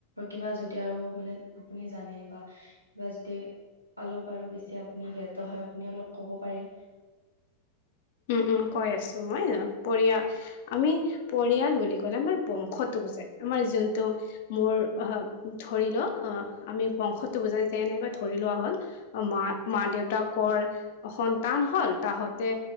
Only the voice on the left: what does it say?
উম, উম, কৈ আছোঁ মই পৰিয়াল আমি পৰিয়াল বুলি ক'লে মই বংশটো বুজ মই জোনটোৰ। মোৰ অহ, ধৰি ল, অ', আমি বংশটো বুজাই যে, এনেকৈ ধৰি লোৱা হ'ল মা, মা দেউতাকৰ
সন্তান হ'ল, তহঁতে